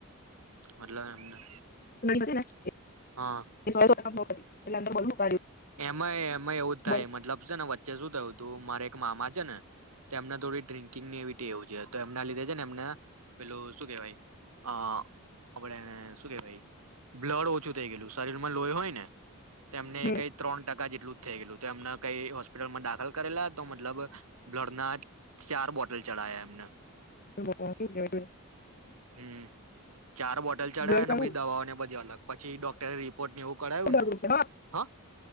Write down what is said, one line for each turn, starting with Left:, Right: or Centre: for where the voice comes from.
Right: મતલબ એમને
Left: <unintelligible> <unintelligible> <unintelligible>
Right: હા
Left: <unintelligible>
Right: એમાંય એમાં એવુંજ
Left: છે
Right: થાય,
Left: બસ
Right: મતલબ છે ને વચ્ચે શું થયું તું મારે એક મામા છે ને તો એમને થોડી ડ્ર્રીકિંગની એવી ટેવ છે તો એમના લીધે ને એમને પેલું શું કેવાય અહ આપડે શું કેહવાય, બ્લડ ઓછું થઈ ગયેલું, શરીર માં લોહી હોય ને તેમને
Left: હમ
Right: કઈ ટકા જેટલું જ થઈ ગયલું, તો એમને કઈ હોસ્પિટલમાં દાખલ કરેલા તો મતલબ બ્લડ ના ચાર બોટલ ચડયા એમને
Left: <unintelligible>
Right: હમ્મ. ચાર બોટલ ચડયા
Left: બ્લડ
Right: ને
Left: કયું
Right: બધી
Left: કયું
Right: દવાઓને બધી અલગ પછી ડોક્ટરે રિપોર્ટ ને એવું કઢાવ્યું
Left: બ્લડ
Right: ને
Left: ગ્રુપ છે
Right: હા